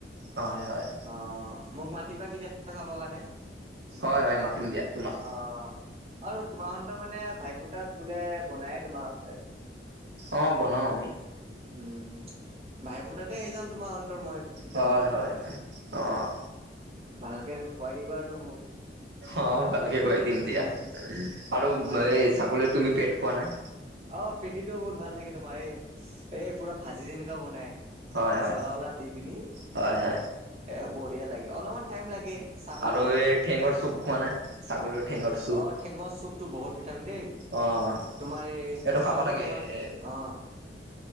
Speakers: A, on the right (about 75°); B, on the right (about 35°).
A: হয়, হয়।
B: অ', মোক মাতিবা কেতিয়াবা খাবৰ কাৰণে।
A: হয়, হয় মাতিম দিয়া তোমাক।
B: অ', আৰু তোমাৰ হঁতৰ মানে ভাই ফুটাত বোলে বনায়ে তোমাৰ হঁতে।
A: অ', বনাও আমি।
B: উম, ভাই ফুটাতে আহি যাম তোমাৰ অন্তৰ মই। তেতিয়াহ'লে।
A: হয়, হয়, হয়, অ',
B: ভালকে খুৱাই দিবা আৰু মোক।
A: অ', ভালকে খুৱাই দিম
B: উম,
A: দিয়া, আৰু
B: মানে
A: এই ছাগলীৰ তুমি পেট খোৱা না?
B: অ', পেটিটো বহুত ভাল লাগে তোমাৰ এই, এই পুৰা ভাজি যেনকা বনাই।
A: হয় হয়
B: জলা, জলা দি পিনি
A: হয় হয়
B: এ বঢ়িয়া লাগে, অলপমান টাইম লাগে। চাফা
A: আৰু
B: কৰাত।
A: এই ঠেঙৰ চুপ খোৱা না, ছাগলীৰ ঠেঙৰ চুপ?
B: অ' ঠেঙৰ চুপটো বহুত ভিটামিন দেই।
A: অ',
B: তোমাৰ এই
A: এইটো
B: ডক্টৰেও
A: খাব লাগে
B: তোমাৰ
A: এ
B: অ',